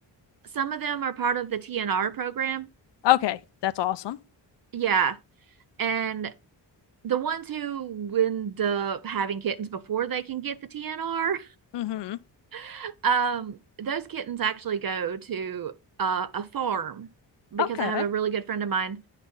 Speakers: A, on the right (about 50°); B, on the left (about 65°).
A: Some of them are part of the TNR program.
B: Okay. That's awesome.
A: Yeah. And the ones who end up having kittens before they can get the TNR,
B: Mm-hmm.
A: <laughs> um, those kittens actually go to uh, a farm because
B: Okay.
A: I have a really good friend of mine